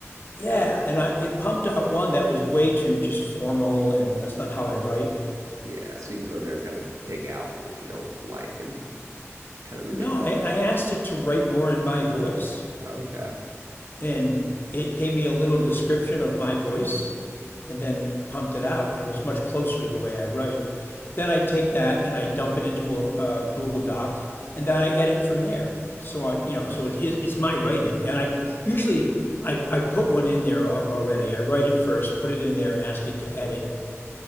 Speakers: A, on the left; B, on the right.
A: Yeah,
B: yeah,
A: and I it pumped out one that was way too just formal and that's not how I write.
B: yeah. So you can go in there and kind of take out what you don't like and kind of manipulate
A: No, I,
B: it
A: I
B: like
A: asked
B: that.
A: it to write more in my voice.
B: Oh, Okay.
A: And it gave me a little description of my voice and then pumped it out, and it was much closer to the way I write. Then I take that and I dump it into a, a Google Doc, and then I edit from there. So I, you know,
B: Okay.
A: so it's it's my writing, and I usually I, I put one in there already. I write it first, put it in there, and ask it to edit,